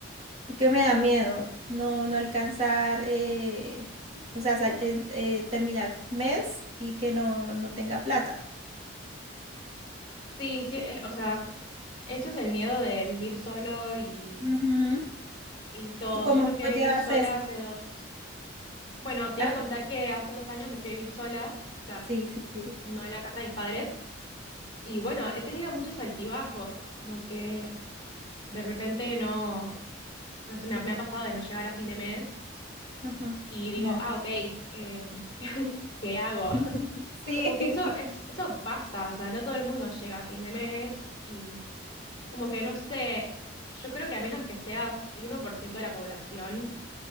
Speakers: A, on the right; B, on the left.
A: porque me da
B: O-
A: miedo no, no alcanzar, eh, o sea, sal- eh, eh, terminar mes y que no, no tenga plata.
B: sí, sí, eh, o sea, eso es el miedo de vivir solo y
A: Ujú.
B: y todo.
A: ¿Tú cómo
B: Yo me fui a vivir
A: llevas
B: sola
A: Ok. eso?
B: hace dos. Bueno, te
A: Ajá.
B: iba a contar que hace dos años me fui a vivir sola, o sea,
A: Sí, sí, sí.
B: no en la casa de mis padres. Y bueno, he tenido muchos altibajos, como que de repente no, no sé, me ha, me ha pasado de no llegar a fin de mes
A: Ujú.
B: y digo,
A: No.
B: ah, ok, em, <laughs> ¿qué hago?
A: <laughs> Sí.
B: Como que eso es, eso pasa, o sea, no todo el mundo llega a fin de mes y como que no sé, yo creo que a menos que seas el uno por ciento de la población,